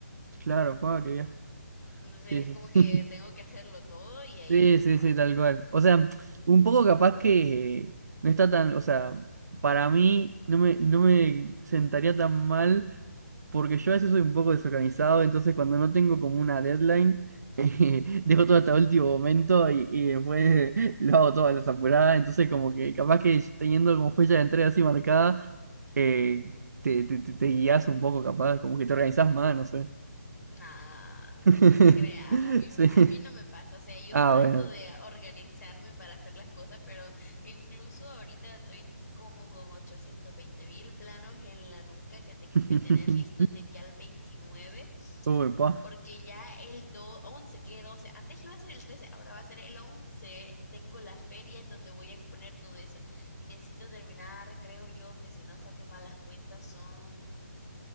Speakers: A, on the right; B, on the left.
A: claro, Juan, qué viaje.
B: Entonces
A: Sí,
B: es
A: sí,
B: como
A: sí.
B: que
A: <laughs>
B: tengo que hacerlo todo y ahí,
A: Sí,
B: uff,
A: sí,
B: no,
A: sí, tal cual. O sea, un poco capaz que no está tan, o sea, para mí no me, no me sentaría tan mal porque yo a veces soy un poco desorganizado, entonces cuando no tengo como una deadline, <laughs> eh, dejo todo hasta el último momento y, y después <laughs> lo hago todo a las apuradas, entonces como que capaz que teniendo como fecha de entrega así marcada, eh, te, te, te, te guías un poco capaz, como que te organizás más, no sé.
B: nada,
A: <laughs>
B: <laughs> no te creas, a mí,
A: Sí.
B: a mí no me pasa. O sea, yo
A: Ah,
B: trato
A: bueno.
B: de organizarme para hacer las cosas, pero incluso ahorita estoy como con ochocientos veinte mil planos en la nuca que tengo
A: <laughs>
B: que tener listos de aquí al 29.
A: Uy, pa.
B: Porque ya el do 11 que doce Antes iba a ser el trece ahora va a ser el once Tengo la feria en donde voy a exponer todo eso. Y necesito terminar, creo yo, que si no saqué malas cuentas son